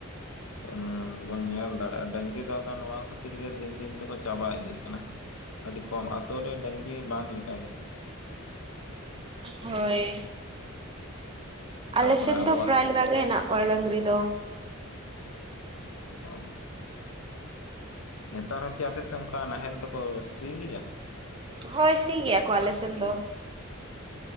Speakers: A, on the left; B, on the right.
A: <unintelligible> ᱵᱚᱱ ᱧᱮᱞ ᱫᱟᱲᱮᱜᱼᱟ ᱰᱟᱝᱨᱤ ᱫᱚ ᱟᱫᱚ ᱱᱚᱣᱟ ᱠᱷᱟᱹᱛᱤᱨ ᱜᱮ ᱫᱤᱱ ᱫᱤᱱ ᱛᱮᱠᱚ ᱪᱟᱵᱟ ᱤᱫᱤᱜ ᱠᱟᱱᱟ ᱟᱰᱤ ᱠᱚᱢ ᱟᱛᱳ ᱨᱮ ᱰᱟᱹᱝᱨᱤ ᱵᱟᱝ ᱞᱮᱠᱟᱜᱮ
B: ᱦᱳᱭ
A: ᱛᱟᱨᱯᱚᱨᱮ
B: ᱟᱞᱮ ᱥᱮᱱ
A: ᱟᱵᱚᱣᱟᱜ
B: ᱫᱚ ᱯᱨᱟᱭ ᱞᱮᱠᱟᱜᱮ ᱦᱮᱱᱟᱜ ᱠᱚᱣᱟ ᱰᱟᱝᱨᱤ ᱫᱚ᱾
A: ᱚ ᱱᱮᱛᱟᱨ ᱦᱚᱸᱠᱤ ᱟᱯᱮ ᱥᱮᱜ ᱚᱝᱠᱟ ᱱᱟᱦᱮᱞ ᱛᱮᱠᱚ ᱥᱤ ᱜᱮᱭᱟ?
B: ᱦᱳᱭ ᱥᱤ ᱜᱮᱭᱟ ᱠᱚ ᱟᱞᱮ ᱥᱮᱱ ᱫᱚ᱾